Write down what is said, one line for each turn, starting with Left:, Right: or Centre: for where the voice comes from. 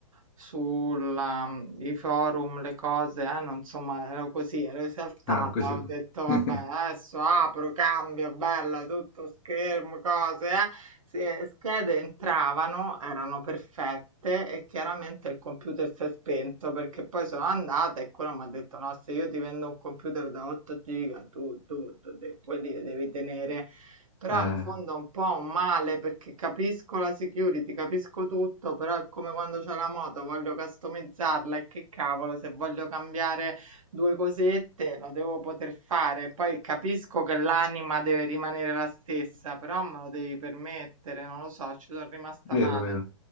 Right: sulla mhmm, i forum, le cose, eh, non insomma ero così, ero esaltata,
Left: Ah, così.
Right: ho detto: "Vabbè,
Left: <laughs>
Right: adesso apro, cambio, bella, tutto schermo, cose, eh". Sì, e schede entravano, erano perfette e chiaramente il computer si è spento perché poi sono andata e quello m'ha detto: "No, se io ti vendo un computer da 8 giga tu, tu, tu de quelli li devi tenere". Però
Left: Eh,
Right: in fondo è un po' un male perché capisco la security, capisco tutto, però è come quando c'è la moto, voglio customizzarla e che cavolo, se voglio cambiare due cosette lo devo poter fare. Poi capisco che l'anima deve rimanere la stessa, però me lo devi permettere, non lo so, ci sono rimasta
Left: Vero,
Right: male.
Left: vero.